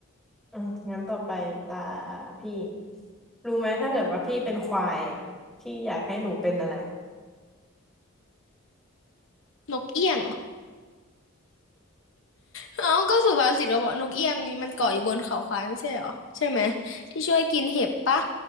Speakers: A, in the centre; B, on the left (about 65°).
A: อืมงั้นต่อไปตาพี่รู้ไหมถ้าเกิดว่าพี่เป็นควายอ่ะพี่อยากให้หนูเป็นอะไร
B: นกเอี้ยงเหรอเอ้าก็สุภาษิตเราบอกนกเอี้ยงมันเกาะอยู่บนเขาควายไม่ใช่เหรอใช่ไหมที่ช่วยกินเห็บปะ